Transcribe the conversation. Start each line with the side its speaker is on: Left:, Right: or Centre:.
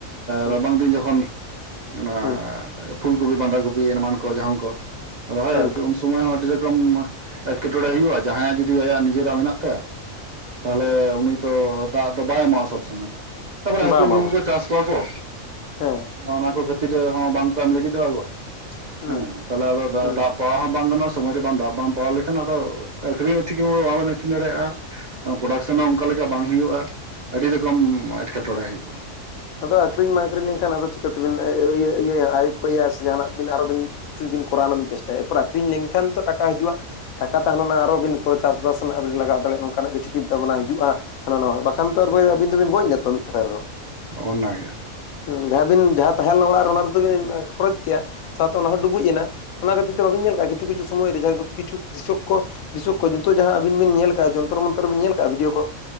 Left: ᱦᱩᱸ
Right: ᱨᱟᱵᱟᱝ ᱫᱤᱱ ᱡᱚᱠᱷᱚᱱ ᱚᱱᱟ
Left: ᱦᱩᱸ
Right: ᱯᱷᱩᱞ ᱠᱚᱯᱤ ᱵᱟᱸᱫᱷᱟ ᱠᱚᱯᱤ ᱮᱢᱟᱱ ᱠᱚ ᱡᱟᱦᱟᱱ ᱠᱚ ᱨᱚᱦᱚᱭ
Left: ᱦᱩᱸ
Right: ᱟᱨᱠᱤ ᱩᱱ ᱥᱚᱢᱚᱭ ᱦᱚᱸ ᱟᱹᱰᱤ ᱨᱚᱠᱚᱢ ᱮᱴᱠᱮᱴᱚᱬᱮ ᱦᱩᱭᱩᱜᱼᱟ ᱡᱟᱦᱟᱸᱭᱟᱜ ᱡᱩᱫᱤ ᱟᱭᱟᱜ ᱱᱤᱡᱮᱨᱟᱜ ᱢᱮᱱᱟᱜ ᱛᱟᱭᱟ ᱛᱟᱦᱚᱞᱮ ᱩᱱᱤ ᱫᱚ ᱫᱟᱜ ᱫᱚ ᱵᱟᱭ ᱮᱢᱟᱜᱼᱟ ᱥᱚᱵ ᱥᱚᱢᱚᱭ ᱛᱟᱯᱚᱨᱮ
Left: ᱦᱩᱸ
Right: ᱦᱟᱹᱠᱩ
Left: ᱵᱟᱝ
Right: ᱢᱟᱠᱩ
Left: ᱵᱟᱝ ᱵᱟᱝ
Right: ᱠᱚ ᱪᱟᱥ ᱠᱚᱣᱟ ᱠᱚ
Left: ᱦᱮᱸ
Right: ᱚᱱᱟ ᱠᱚ ᱠᱟᱴᱤᱡ <inaudible> ᱦᱚᱸ ᱵᱟᱝᱠᱚ ᱮᱢ ᱞᱟᱹᱜᱤᱫᱚᱜᱼᱟ
Left: ᱦᱩᱸ
Right: ᱦᱮᱸ ᱛᱟᱦᱚᱞᱮ ᱟᱫᱚ
Left: ᱦᱩᱸ
Right: ᱫᱟᱜ ᱯᱚᱦᱟ ᱦᱚᱸ ᱵᱟᱝ ᱜᱟᱱᱚᱜᱼᱟ ᱥᱚᱢᱚᱭ ᱨᱮ ᱵᱟᱝ ᱫᱟᱜ ᱵᱟᱢ ᱯᱟᱲᱟᱣ ᱞᱮᱠᱷᱟᱱ ᱟᱫᱚ ᱟᱹᱠᱷᱨᱤᱧ ᱦᱚᱸ ᱴᱷᱤᱠ ᱢᱚᱛᱚ ᱵᱟᱵᱮᱱ ᱟᱹᱠᱷᱨᱤᱧ ᱫᱟᱲᱮᱭᱟᱜᱼᱟ ᱾ ᱯᱨᱚᱰᱟᱠᱥᱚᱱ
Left: ᱦᱩᱸ
Right: ᱦᱚᱸ ᱚᱱᱠᱟ ᱞᱮᱠᱟ ᱵᱟᱝ ᱦᱩᱭᱩᱜᱼᱟ ᱟᱹᱰᱤ ᱨᱚᱠᱚᱢ ᱮᱴᱠᱮᱴᱚᱬᱮ ᱦᱩᱭᱩᱜᱼᱟ ᱾
Left: ᱟᱫᱚ ᱟᱹᱠᱷᱨᱤᱧ ᱢᱟ ᱟᱹᱠᱷᱨᱤᱧ ᱞᱮᱱᱠᱷᱟᱱ ᱟᱫᱚ ᱪᱤᱠᱟᱹᱛᱮᱵᱤᱱ ᱤᱭᱟᱹᱭᱟ ᱟᱹᱭᱩᱯᱟᱹᱭᱟ ᱥᱮ ᱡᱟᱦᱱᱟᱜ ᱵᱤᱱ ᱟᱨ ᱦᱚᱸ ᱵᱤᱱ ᱠᱤᱪᱷᱩ ᱵᱤᱱ ᱠᱚᱨᱟᱣ ᱨᱮᱱᱟᱜ ᱵᱤᱱ ᱪᱮᱥᱴᱟᱭ ᱮᱨᱯᱚᱨ ᱟᱠᱷᱨᱤᱧ ᱞᱮᱱᱠᱷᱟᱱ ᱛᱚ ᱴᱟᱠᱟ ᱦᱤᱡᱩᱜᱼᱟ ᱾ ᱴᱟᱠᱟ ᱛᱟᱦᱮᱱ ᱞᱮᱱᱟ ᱟᱨᱦᱚᱸ ᱵᱤᱱ ᱛᱚ ᱪᱟᱥᱵᱟᱥ ᱨᱮᱱᱟᱜ ᱵᱤᱱ ᱞᱟᱜᱟᱣ ᱫᱟᱲᱮᱭᱟᱜ-ᱟ ᱱᱚᱝᱠᱟᱱᱟᱜ ᱠᱤᱪᱩ ᱪᱤᱱᱛᱟᱹ ᱵᱷᱟᱵᱱᱟ ᱦᱤᱡᱩᱜᱼᱟ ᱾ ᱦᱟᱱᱟ ᱱᱟᱣᱟ ᱵᱟᱠᱷᱟᱱ ᱛ ᱟᱨ ᱵᱚᱭᱦᱟ ᱟᱵᱤᱱ ᱫᱚᱵᱤᱱ ᱜᱚᱡ ᱱᱟ ᱛᱚ ᱢᱤᱫ ᱠᱟᱛᱷᱟ ᱨᱮ ᱫᱚ
Right: ᱚᱱᱟ ᱜᱮ
Left: ᱦᱸ ᱡᱟᱦᱟᱸᱵᱤᱱ ᱡᱟᱦᱟᱸ ᱛᱟᱦᱮᱸᱞᱱᱟ ᱚᱲᱟᱜ ᱨᱮ ᱚᱱᱟ ᱨᱮ ᱫᱚ ᱵᱤᱱ ᱠᱷᱚᱨᱚᱪ ᱠᱮᱭᱟ ᱥᱟᱶᱛᱮ ᱚᱱᱟ ᱦᱚᱸᱚᱸ ᱰᱩᱵᱩᱡ ᱮᱱᱟ ᱚᱱᱟ ᱠᱷᱟᱹᱛᱤᱨ ᱛᱮ ᱵᱟᱵᱤᱱ ᱧᱮᱞ ᱠᱟᱜ ᱠᱤᱪᱷᱩ ᱠᱤᱪᱷᱩ ᱥᱚᱢᱚᱭ ᱨᱮ ᱠᱤᱷᱩ ᱠᱤᱷᱩ ᱠᱚ ᱵᱤᱥᱚᱠ ᱠᱚ ᱡᱤᱱᱛᱩᱚ ᱡᱟᱦᱟᱸ ᱟᱵᱤᱱ ᱧᱮᱞ ᱠᱟᱜ ᱡᱚᱱᱛᱚᱨ ᱢᱚᱱᱛᱚᱨ ᱵᱤᱱ ᱧᱮᱞ ᱠᱟᱜ ᱵᱷᱤᱰᱭᱳ ᱠᱚ